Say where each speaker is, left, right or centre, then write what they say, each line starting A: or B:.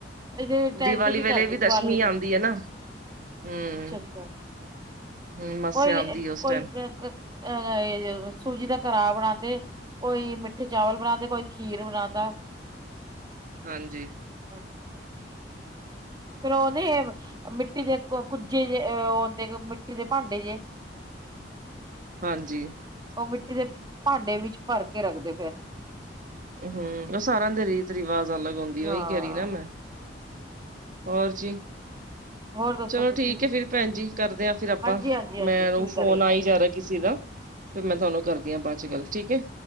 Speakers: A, on the right; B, on the right.
A: ਇਦੇ ਟੈਮ
B: ਦੀਵਾਲੀ
A: ਤੇ ਵੀ
B: ਵੇਲੇ
A: ਕਰਦੇ ਦੀਵਾਲੀ
B: ਦਸ਼ਮੀ
A: ਅੱਛਾ-
B: ਆਉਂਦੀ ਹੈ ਨਾ ਹਮ
A: ਅੱਛਾ।
B: ਹਮ ਮੱਸਿਆ
A: ਕੋਈ
B: ਆਉਂਦੀ ਉਸ
A: ਕੋਈ
B: ਟਾਈਮ
A: ਅਹ ਸੂਜੀ ਦਾ ਕੜਾਹ ਬਣਾਦੇ। ਕੋਈ ਮਿੱਠੇ ਚਾਵਲ ਬਣਾਂਦੇ, ਕੋਈ ਖੀਰ ਬਣਾਂਦਾ।
B: ਹਾਂਜੀ
A: ਹਮ ਫੇਰ ਉਹ ਮਿੱਟੀ ਦੇ ਕੁੱਜੇ ਜੇ ਉਹਦੇ ਮਿੱਟੀ ਦੇ ਭਾਂਡੇ ਜੇ
B: ਹਾਂਜੀ
A: ਉਹ ਮਿੱਟੀ ਦੇ ਭਾਂਡੇ ਵਿੱਚ ਭਰ ਕੇ ਰੱਖਦੇ ਫੇਰ।
B: ਹਮ, ਉਹ ਸਾਰਿਆਂ ਦੇ ਰੀਤ ਰਿਵਾਜ਼ ਅਲੱਗ ਹੁੰਦੀ ਓਹੀ
A: ਹਾਂ
B: ਕਹਿ ਰਹੀ ਨਾ ਮੈਂ ਹੋਰ ਜੀ
A: ਹੋਰ ਦੱਸੋ
B: ਚਲੋ
A: ਤੁਸੀਂ
B: ਠੀਕ ਹੈ, ਫਿਰ ਭੈਣ ਜੀ ਕਰਦੇ ਹਾਂ। ਫਿਰ ਆਪਾਂ
A: ਹਾਂਜੀ ਹਾਂਜੀ ਹਾਂਜੀ
B: ਮੈਨ
A: ਠੀਕ
B: ਫੋਨ
A: ਠੀਕ
B: ਆ ਹੀ ਜਾ ਰਿਹਾ ਕਿਸੇ ਦਾ, ਫਿਰ ਮੈਂ ਤੁਹਾਨੂੰ ਕਰਦੀ ਆ ਬਾਅਦ ਚ ਗੱਲ ਠੀਕ ਹੈ।